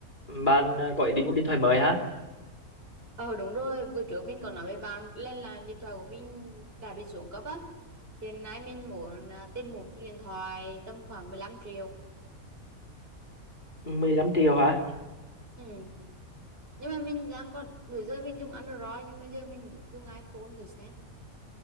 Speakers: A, on the left; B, on the right.
A: bạn ờ, có ý định mua điện thoại mới hả
B: Ờ đúng rồi, bữa trước mình còn nói với bạn lên là điện thoại của mình đã bị xuống cấp á. Hiện nay mình muốn à, tìm một cái điện thoại tầm khoảng 15 triệu.
A: 15 triệu hả
B: Ừ. Nhưng mà mình đang còn bữa giờ mình dùng Android nhưng mà giờ mình muốn dùng iPhone thì sẽ.